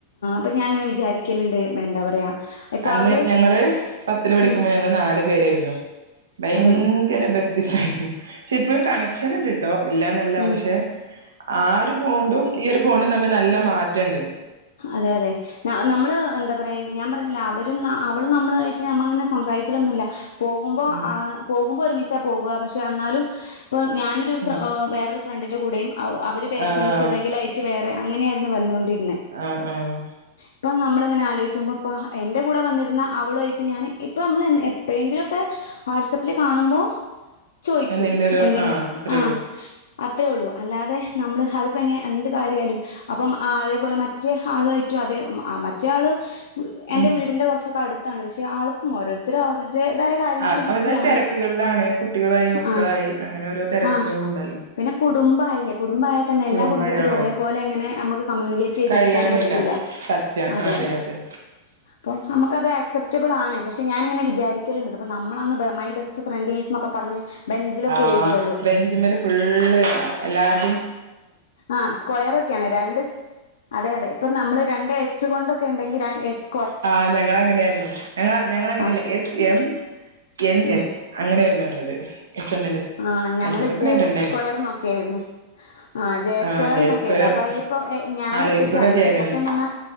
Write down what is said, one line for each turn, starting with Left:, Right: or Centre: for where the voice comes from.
Left: ഇപ്പ ഞാനിങ്ങനെ വിചാരിക്കലുണ്ട് എ എന്താ പറയാ ഇപ്പൊ
Right: അന്ന്
Left: അവള്
Right: ഞങ്ങൾ പത്തിൽ പഠിക്കുമ്പോ
Left: ഉം
Right: ഞങ്ങള് നാലു പേരായിരുന്നു ഭയങ്കര
Left: അതെ
Right: ബെസ്റ്റ് ഫ്രണ്ട് ഹ് ഹ് ഷെ ഇപ്പ പ്പഴും കണക്ഷൻ ഉണ്ട്ട്ടോ ഇല്ലന്നല്ല
Left: ഉം
Right: പക്ഷെ ആ ഒരു ബോണ്ടും ഈ ഒരു ബോണ്ടും തമ്മിൽ നല്ല മാറ്റണ്ട്
Left: അതേ അതേ നമ്മൾ എന്താ പറയാ ഞാൻ പറഞ്ഞില്ലേ അവര് ഉം അവൾ നമ്മളുമായിട്ട് ഞമ്മ അങ്ങനെ സംസാരിക്കലൊന്നുല്ല രു പോകുമ്പോ
Right: ഉം
Left: ആ പോകുമ്പോ ഒരുമി ച്ച പോകാ പക്ഷേ അന്നാലും പ്പ ഞാനൊരു ഫ്ര
Right: ഉം
Left: ഓ വേറൊരു ഫ്രണ്ടിൻ്റെ കൂടെയും അവ അവര് ബേ
Right: ആഹ്
Left: പിൻ
Right: ആഹ്
Left: പിറകിലായിട്ട് വേറെ അങ്ങനെയായിരുന്നു വന്നുകൊണ്ടിരുന്നേ
Right: ആ ആ
Left: ഇപ്പ നമ്മളിങ്ങനെ ആലോയിക്കുമ്പോ ഇപ്പ എൻ്റെ കൂടെ വന്നിരുന്ന അവളുമായിട്ട് ഞാന് ഇപ്പ ഞമ്മൾ എൻ എപ്പോഴെങ്കിലൊക്കെ വാട്സാപ്പിൽ കാണുമ്പോ ചോയ്ക്കും
Right: എന്തെങ്കിലും ഒരു
Left: എന്തിങ്ങ്
Right: ആഹ് അത്രേ
Left: ആ
Right: ഉള്ളൂ
Left: അത്രേ ഉള്ളൂ അല്ലാതെ നമ്മൾ അൽ പിന്നെ എന്ത് കാര്യയാലും അപ്പം ആ അതേപോലെ മറ്റ് റ്റെ ആളുമായിറ്റും അതേ ഉം ആ മറ്റേ ആള് എൻ്റെ
Right: ഉം
Left: വീടിൻ്റെകുറച്ചൊക്കെ അടുത്ത് ത്താണ് പക്ഷെ ആൾക്കും ഓരോരുത്തരെ ഒരോത്ത രെതയാ കാര്യങ്ങളിൽ
Right: ആഹ്
Left: ബിസിയാണ്
Right: അവരുടെ തിരക്കുകളിലാണ് കുട്ടികളായി മക്കളായി
Left: ആ
Right: അങ്ങനെ ഓരോ തിരക്കുകളും
Left: ആ
Right: ഉണ്ടല്ലോ
Left: പിന്നെ കുടുംബയില്ലേ കൂടുമ്പായ തന്നെ
Right: കുടുംബായി
Left: എല്ലാ കുടുംബത്തിലും
Right: ആഹ്
Left: ഒരേ പോലെ ഇങ്ങനെ ഞമ്മക്ക് കമ്യൂണിക്കേറ്റ് ചെയ്തിരിക്ക
Right: കഴിയണന്നില്ല
Left: ക്കാൻ പറ്റുല
Right: സത്യം
Left: അതേ
Right: അതെ
Left: അതേ
Right: അതെ
Left: പ്പം നമുക്ക് അത് എക്സ്പ്റ്റബിൾ ആണ് പക്ഷേ ഞാനിങ്ങനെ വിചാരിക്കലുണ്ട് ഇതിപ്പ നമ്മളന്ന് മൈ ബെസ്റ്റ് ഫ്രെണ്ടീസ് എന്നൊക്കെ പറഞ്ഞ് ബെഞ്ചിലൊക്കെ
Right: അ
Left: എഴുതുമല്ലോ
Right: ബെഞ്ചി മ്മല് ഫുള്ളും എല്ലാരുടെ
Left: അ'സ്ക്വയറൊക്കെയാണ് രണ്ട് അതെ അതെ ഇപ്പ നമ്മള് രണ്ട് യെസ്സ് കൊണ്ടെക്കെണ്ടെങ്കിൽ യെസ്
Right: ആ ഞങ്ങളങ്ങനെയായിരുന്നു ഞങ്ങള ഞങ്ങള അങ്ങനെയല്ല
Left: ആഹ്
Right: എസ് എം എൻ
Left: ഉം
Right: എസ് അങ്ങനെയായിരുന്നു ഞങ്ങളത് എസ് എം എൻ എസ്
Left: ആഹ ഞങ്ങള്
Right: എന്തെങ്കിലൊക്കെ
Left: ജെ
Right: ഇടണ്ടേ
Left: സ്ക്വയർന്നൊക്കൊയായിരുന്നു ആ ജെ
Right: ആഹ്
Left: സ്ക്വയർന്നൊക്കൊയായിരുന്നു
Right: സ്ക്വയർ
Left: അപ്പൊ അയിലിപ്പോ ഞാൻ
Right: ആലോചിച്ചൂടെ
Left: ഒറ്റക്കായി
Right: ജയനൊന്നും
Left: സത്യം പറഞ്ഞാ